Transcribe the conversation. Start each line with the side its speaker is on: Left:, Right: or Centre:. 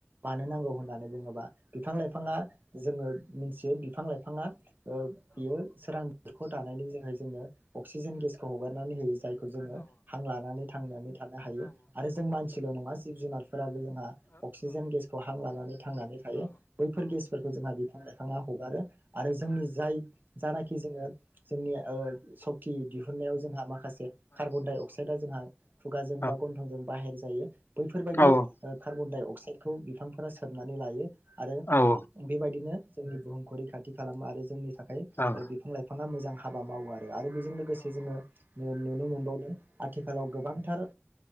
Right: मानो नांगौ होननानै बुंङोबा बिफां लाइफाङा जोंङो मिन्थियो बिफां लाइफाङा ओ बियो सोरां बेखौ दानायनि जोंनो अक्सिजेन गेसखौ हगारनानै होयो जायखौ जोंङो हां लानानै थांनानै थानो हायो आरो जों मानसिल नङा जिब जुनार फोराबो जोंहा अक्सिजेन गेसखौ हां लानानै थांनानै थायो बैफोर गेसफोरखौ जों बिफां लाइफाङा हगारो आरो जोंनि जाय जानाखि जोंङो जोंनि ओ सक्ति दिहुन नायाव जोंहा माखासे कार्बनडाइअक्साइद जोंहा खुगाजों
Left: औ
Right: बा गन्थंजों बाहेर जायो बैफोरबायदि
Left: औ
Right: ओ कार्बनडाइअक अक्साइडखौ बिफांफोरा सोबनानै लायो आरो
Left: औ
Right: बेबायदिनो जोंनि बुहुमखौ रैखाथि खालामो आरो जोंनि थाखाय
Left: औ
Right: बिफां-लाइफाआ मोजां हाबा मावो आरो आरो बेजों लोगोसे जोंङो नु-नुनो मोनबावदों आथिखालाव गोबांथार